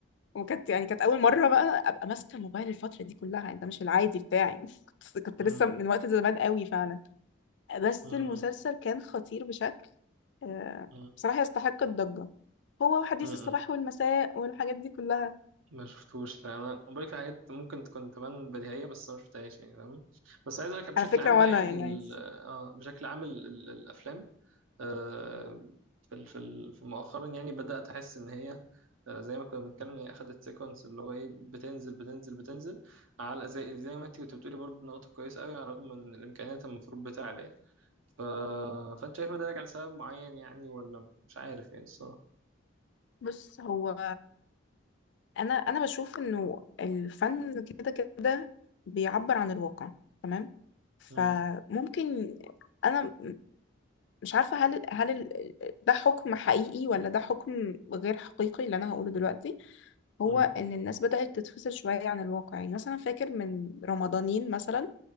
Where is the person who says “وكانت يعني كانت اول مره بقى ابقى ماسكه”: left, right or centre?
Left